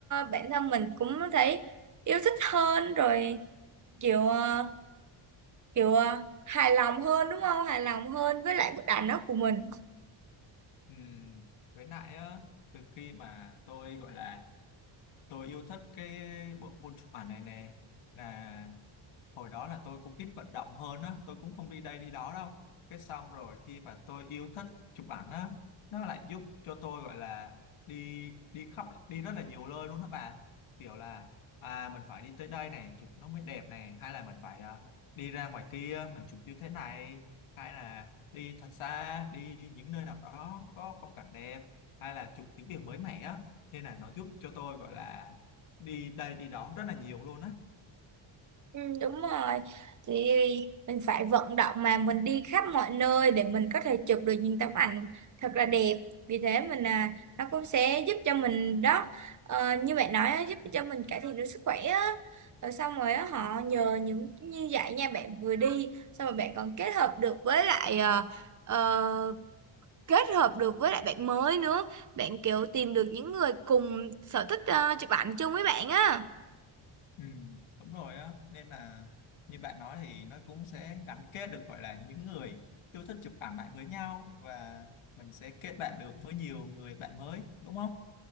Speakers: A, on the right; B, on the left.
A: bản thân mình cũng thấy yêu thích hơn rồi kiểu ờ, kiểu à, hài lòng hơn đúng không hài lòng hơn với lại bức ảnh đó của mình
B: ừ, với lại á từ khi mà tôi gọi là tôi yêu thích cái bộ môn chụp ảnh này nè là hồi đó là tôi cũng ít vận động hơn á tôi cũng không đi đây đi đó đâu cái xong rồi khi mà tôi yêu thích chụp ảnh á nó lại giúp cho tôi gọi là đi đi khắp đi rất là nhiều nơi luôn đó bạn kiểu là à mình phải đi tới đây này chụp nó mới đẹp này hay là mình phải à, đi ra ngoài kia mình chụp như thế này hay là đi thật xa đi những nơi nào đó có phong cảnh đẹp hay là chụp những điều mới mẻ á nên là nó giúp cho tôi gọi là đi đây đi đó rất là nhiều luôn á
A: ừ, đúng rồi thì mình phải vận động mà mình đi khắp mọi nơi để mình có thể chụp được những tấm ảnh thật là đẹp vì thế mình à nó cũng sẽ giúp cho mình đó ờ, như bạn nói á, giúp cho mình cải thiện được sức khỏe á rồi xong rồi á, họ nhờ những như vậy nha bạn vừa đi xong rồi bạn còn kết hợp được với lại uh, kết hợp được với lại bạn mới nữa bạn kiểu tìm được những người cùng sở thích ờ, chụp ảnh chung với bạn á
B: Ừ, đúng rồi á nên là như bạn nói thì nó cũng sẽ gắn kết được gọi là những người yêu thích chụp ảnh lại với nhau và mình sẽ kết bạn được với nhiều người bạn mới đúng không?